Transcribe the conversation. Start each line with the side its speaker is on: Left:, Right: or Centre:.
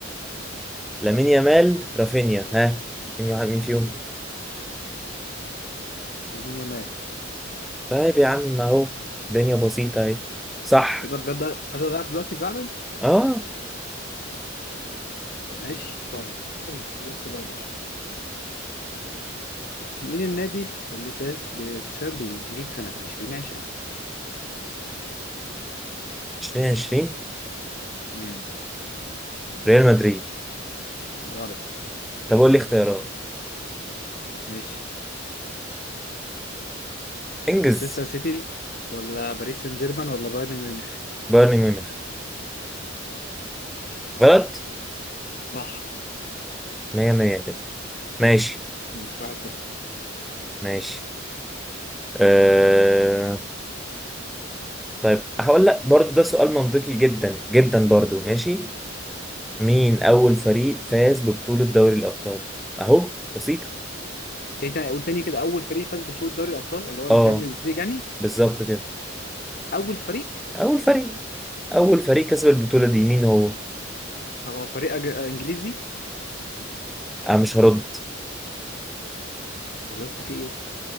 Centre: لامين يامال رافينيا ها مين واحد مين فيهم
Left: لامين يامال
Centre: طيب يا عم اهو الدنيا بسيطة اهي صح
Left: ايه ده بجد اغلى لاعب دلوقتي فعلا
Centre: اه
Left: طب ماشي طيب بص بقى يا باشا مين النادي اللي فاز بالتشامبيونز ليج سنه 2020
Centre: 2020
Left: امم
Centre: ريال مدريد
Left: غلط
Centre: طب قول لي اختيارات
Left: ماشي
Centre: انجز
Left: مانشستر سيتي ولا باريس سان جيرمان ولا بايرن ميونخ
Centre: بايرن ميونخ غلط
Left: صح
Centre: 100 100 كده ماشي
Left: مش 1-0
Centre: ماشي آه... طيب هقول لك برضو ده سؤال منطقي جدا جدا برضو ماشي مين اول فريق فاز ببطولة دوري الابطال اهو بسيطة
Left: ايه تاني قول تاني كده اول فريق فاز ببطولة دوري الابطال اللي هو الشامبيونز
Centre: اه
Left: ليج يعني
Centre: بالظبط كده
Left: اول فريق
Centre: اول فريق اول فريق كسب البطولة دي مين هو
Left: طب هو فريق أج... انجليزي
Centre: انا مش هرد
Left: طب يا اسطى في ايه يا اسطى